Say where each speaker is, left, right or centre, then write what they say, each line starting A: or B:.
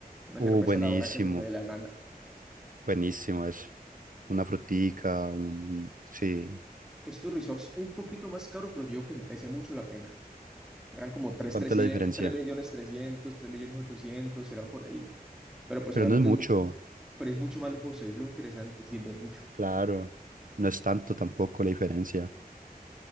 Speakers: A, in the centre; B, on the right.
A: una
B: Uh,
A: cerveza
B: buenísimo,
A: a la hora que se te dé la gana.
B: buenísimo eso. Una frutica, un... Sí,
A: Estos resorts un poquito más caros, pero yo digo que merece mucho la pena. Eran como tres
B: ¿cuánto
A: tres trescientos
B: es la diferencia?
A: mil, tres millones trescientos mil, tres millones 3.300, 3.300.000, 3.800.000, eran por ahí. Pero pues
B: Pero
A: obviamente
B: no es mucho,
A: es muy pero es mucho más lujoso, es lo interesante, sí, no es mucho.
B: claro. No es tanto tampoco la diferencia.